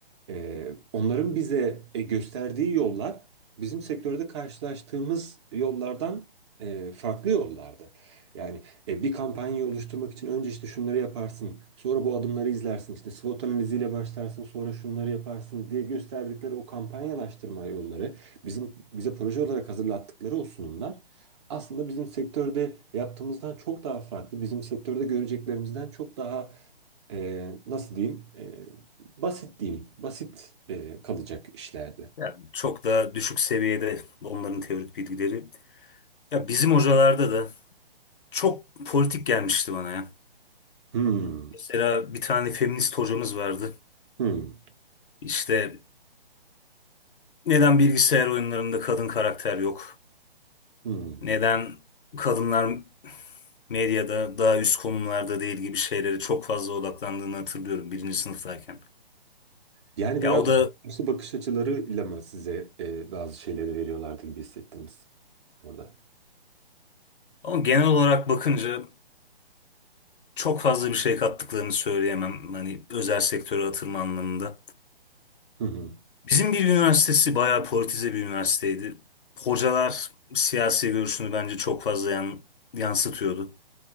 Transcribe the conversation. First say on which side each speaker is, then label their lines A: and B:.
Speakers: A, on the right; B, on the left.
A: E, onların bize e, gösterdiği yollar bizim sektörde karşılaştığımız yollardan e, farklı yollardı. Yani e, bir kampanyayı oluşturmak için önce işte şunları yaparsın, sonra bu adımları izlersin, işte SWOT analiziyle başlarsın, sonra şunları yaparsın diye gösterdikleri o kampanyalaştırma yolları, bizim bize proje olarak hazırlattıkları o sunumlar aslında bizim sektörde yaptığımızdan çok daha farklı, bizim sektörde göreceklerimizden çok daha e, nasıl diyeyim, e, basit diyeyim, basit e, kalacak işlerdi.
B: Yani çok da düşük seviyede onların teorik bilgileri. Ya bizim hocalarda da çok politik gelmişti bana ya.
A: Hmm,
B: Mesela bir tane feminist hocamız vardı.
A: hmm,
B: İşte neden bilgisayar oyunlarında kadın karakter yok?
A: hmm.
B: Neden kadınlar medyada daha üst konumlarda değil gibi şeylere çok fazla odaklandığını hatırlıyorum birinci sınıftayken.
A: Yani
B: Ya
A: biraz
B: o da
A: karşı bakış açılarıyla mı size e, bazı şeyleri veriyorlardı gibi hissettiniz orada?
B: Ama genel olarak bakınca çok fazla bir şey kattıklarını söyleyemem. Hani özel sektöre atılma anlamında.
A: Hı hı.
B: Bizim bir üniversitesi bayağı politize bir üniversiteydi. Hocalar siyasi görüşünü bence çok fazla yan- yansıtıyordu.